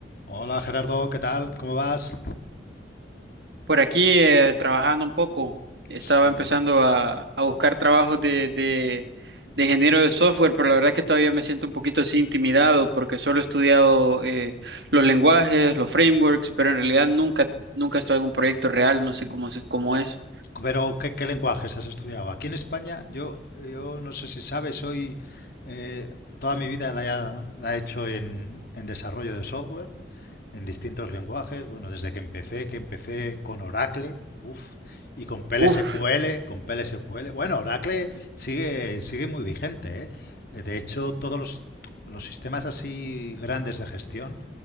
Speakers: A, on the left; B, on the right.
A: Hola Gerardo, ¿qué tal? ¿Cómo vas?
B: Por aquí eh, trabajando un poco, estaba
A: Sí.
B: empezando a, a buscar trabajos de, de, de ingeniero de software, pero la verdad es que todavía me siento un poquito así intimidado porque solo he estudiado eh, los lenguajes, los frameworks, pero en realidad nunca, nunca he estado en un proyecto real, no sé cómo, se- cómo es.
A: Pero, ¿qué, qué lenguajes has estudiado? Aquí en España, yo, yo no sé si sabes, soy, eh, toda mi vida la, la he hecho en, en desarrollo de software, en distintos lenguajes. Bueno, desde que empecé, que empecé con Oracle, puf, Y con PLSQL,
B: Uf.
A: con PLSQL. Bueno, Oracle sigue, sigue muy vigente. ¿eh? Eh, De hecho, todos los, los sistemas así grandes de gestión,